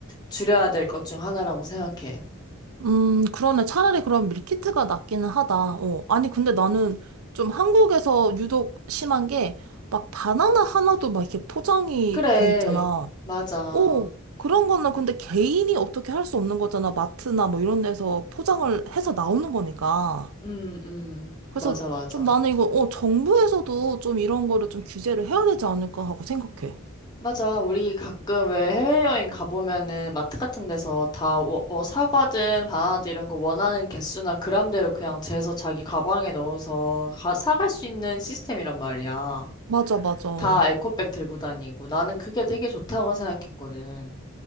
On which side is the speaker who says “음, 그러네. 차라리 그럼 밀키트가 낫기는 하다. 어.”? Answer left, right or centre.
Right